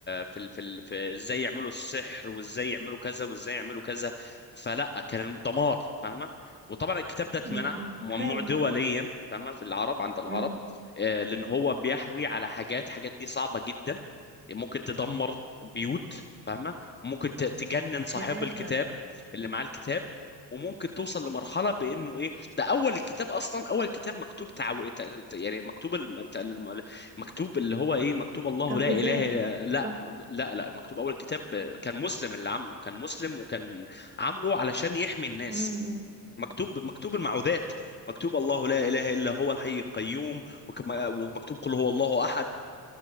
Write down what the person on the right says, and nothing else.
امم
فعلا
امم
فعلا
تعويذات
صح
امم